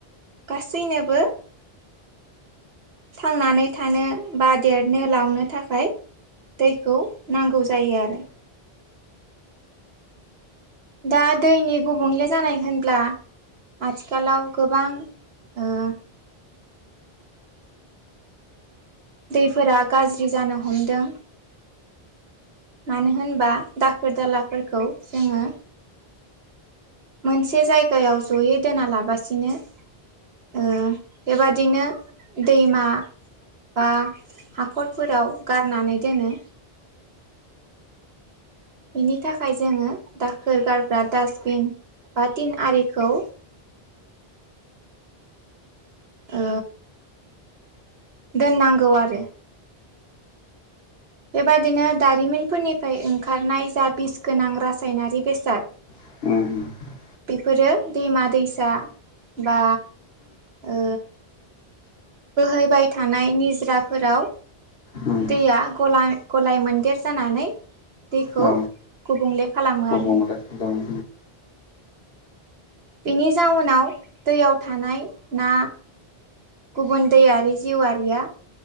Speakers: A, on the right (about 75°); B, on the left (about 70°).
A: गासैनोबो थांनानै थानो बा देरनो लांनो थाखाय दैखौ नांगौ जायो आरो दा दैनि गुबुंले जानाय होनब्ला आथिखालाव गोबां ओ दैफोरा गाज्रि जानो हमदों मानो होनबा दाखोर दालाफोरखौ जोङो मोनसे जायगायाव जयै दोना लाबासिनो ओ बेबादिनो दैमा बा हाखरफोराव गारनानै दोनो बेनि थाखाय जोङो दाखोर गारग्रा डास्टबिन बा तिन आरिखौ ओ दोननांगौ आरो बेबादिनो दारिमिनफोरनिफ्राय ओंखारनाय जा बिस गोनां रासायनारि बेसाद
B: उम।
A: बेफोरो दैमा दैसा बा ओ बोहैबाय थानाय निजराफोराव
B: उम
A: दैया गला-गलाय मोनदेर जानानै दैखौ
B: औ
A: गुबुंले खालामो
B: गुबुंले
A: आरो
B: खालामो
A: बेनि जाउनाव दैयाव थानाय ना गुबुन दैयारि जिउआरिया